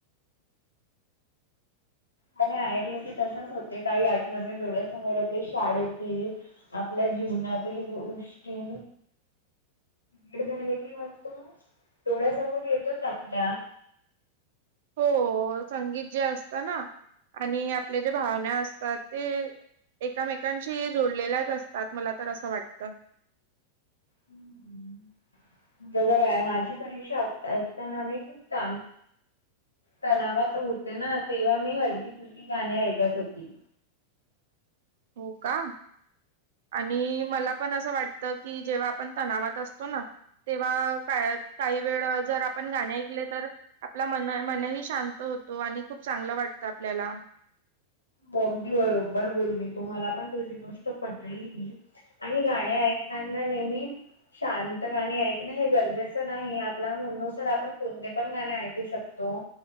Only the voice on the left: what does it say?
त्या ऐकल की तसच होते काही आठवणी डोळ्यासमोर होते शाळेतील आपल्या जीवनातील गोष्टी ते‌ झाले की वाटत डोळ्यासमोर येतोच आपल्या
हम्म हम्म बरोबर आहे माझी परीक्षा ऐकताना मी खुप ताण तणावात होते ना तेव्हा मी हलकी फुलकी गाणी ऐकत होती.
हो अगदी बरोबर बोलली तु मला पण तुझी गोष्ट पटली ही आणि गाणे ऐकताना नेहमी शांत गाणी ऐकण हे गरजेच नाही आपल्या मना नुसार आपण कोणते पण गाणे ऐकु शकतो